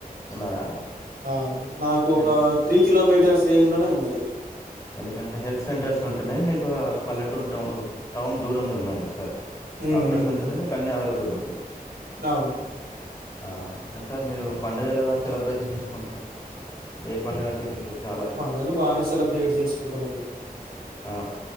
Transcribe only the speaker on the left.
ఉన్నారా
ఎన్
ఎందుకంటే హెల్త్ సెంటర్స్ ఉంటున్నాయ్ మీకు పల్లెటూరు టౌన్కు టౌన్ దూరంగే ఉన్నాం గదసార్
డాక్టర్స్
వుంటేనే మీకు అన్ని అవైలబుల్ ఉంటాయ్
ఆ ఇంకా సార్ మీరు పండుగలేలా సెలబ్రేషన్ జేస్కుంట్రు ఏ పండగంటె మీకు చాల
ఆ